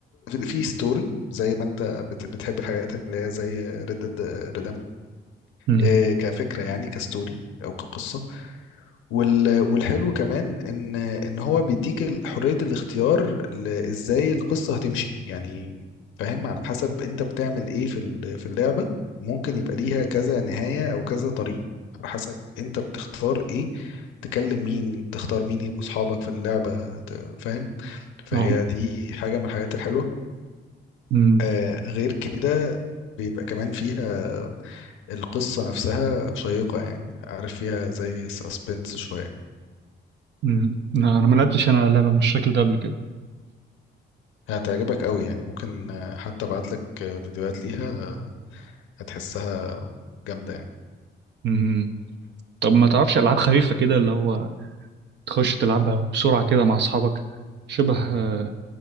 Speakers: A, on the left; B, on the right.
A: في ستوري زي ما أنت بت- بتحب الحاجات اللي هي زي ريد ديد
B: امم
A: آه، كفكره يعني كستوري او كقصه وال- والحلو كمان ان ان هو بيديك ال- حريه الاختيار ل- ازاي القصه هتمشي يعني فاهم على حسب انت بتعمل ايه في ال- في اللعبه ممكن يبقى ليها كذا نهايه او كذا طريق على حسب انت بتختار ايه تكلم مين تختار مين يبقوا اصحابك في اللعبه ت- فاهم فهي
B: اه
A: دي حاجه من الحاجات الحلوه
B: امم
A: آه غير كده بيبقى كمان فيها القصة نفسها شيقة يعني عارف فيها زي ساسبنس شوية
B: امم لا انا ما لعبتش انا لعبة من الشكل ده قبل كده
A: هتعجبك قوي يعني ممكن آه، حتى ابعتلك آه، فيديوهات ليها آه، هتحسها جامدة يعني
B: امم طب ما تعرفش العاب خفيفة كده اللي هو تخش تلعبها بسرعة كده مع أصحابك شبه آه،